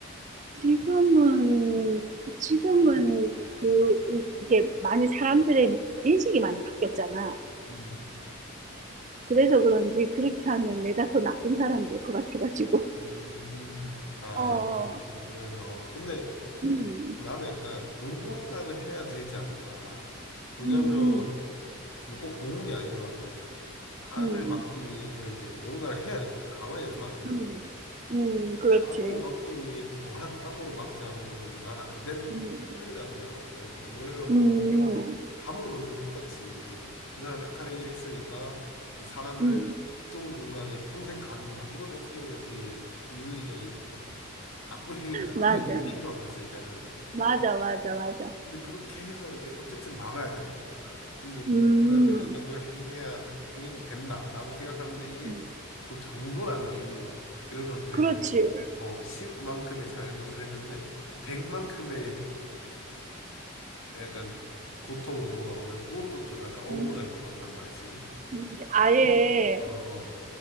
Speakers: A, on the right; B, on the left.
A: 지금은 지금은 그 이게 많이 사람들의 인식이 많이 바뀌었잖아.
B: 응,
A: 그래서 그런지 그렇게 하면 내가 더 나쁜 사람 될 것 같아가지고.
B: 응, 응. 아,
A: 어, 어.
B: 그렇게, 그래서. 근데
A: 음,
B: 나는 약간 누군가는 해야 되지 않나. 왜냐면,
A: 음,
B: 뭐 꼭 고문이 아니더라도 악을
A: 음,
B: 막기 위해서 이제 뭔가를 해야 되잖아. 가만히 있으면 안 되잖아.
A: 음, 음, 그렇지.
B: 근데 악을 막기 위해 더한 악으로 막지 않으면 나는 안 된,
A: 음,
B: 힘들다 생각하거든. 뭐 예를 들어서
A: 음.
B: 감옥 넣는 것 똑같이 이제 그 사람이 악한 행위를 했으니까 이제 사람을
A: 음,
B: 좁은 공간에 평생 가둔다. 이것도 어떻게 보면 되게 비윤리적이고 좀 나쁜 행위잖아.
A: 맞아.
B: 그냥 이 행위만 봤을 때는.
A: 맞아, 맞아, 맞아.
B: 근데 그렇게 해서 이제 어쨌든 막아야 되는 거잖아. 근데
A: 음,
B: 그래서 이제 악을 행해야 행해도 된다라고 생각하는데 이게
A: 음,
B: 또 정도라는 게 있는 것 같아. 예를 들어서 내가
A: 그렇지.
B: 어 10만큼의 잘못을 했는데 100만큼의 약간 고통으로 돌아오면 그건 또 좀 약간 억울할
A: 음,
B: 것 같단 말이지.
A: 음, 아예,
B: 근- 어, 어.